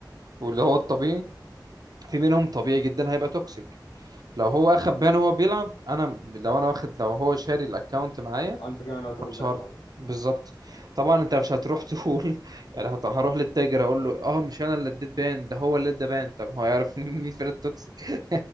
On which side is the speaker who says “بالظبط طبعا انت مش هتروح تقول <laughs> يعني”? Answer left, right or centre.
Right